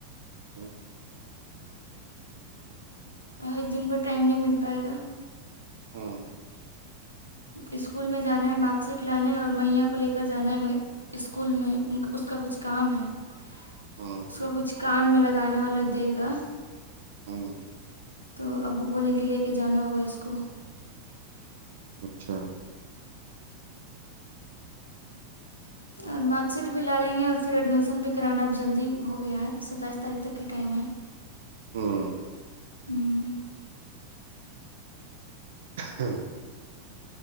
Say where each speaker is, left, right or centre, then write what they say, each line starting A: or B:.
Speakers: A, on the right (about 60°); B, on the left (about 80°).
A: ہ
B: ایک دن ب ٹائم نہیں مل پائے گا
A: ہوں
B: اسکول میں جانا ہے مارک شیٹ لانا ہے اور میا کو لے کر جانا ہے اسکول میں اس کا کچھ کام ہے اس
A: ہوں
B: کو کچھ کان میں لگانے والا دے گا
A: ہوں
B: تو ابو بولیں کے لے کے جانا ہوگا اس کو
A: اچھا
B: اور مارک شیٹ بھی لا لیں گے اور پھر ایڈمیشن بھی کرانا اب جلدی ہو گیا ہے ستائیس تاریخ تک کی ٹائم ہے <inaudible>
A: ہوں
B: ہوں
A: ہاں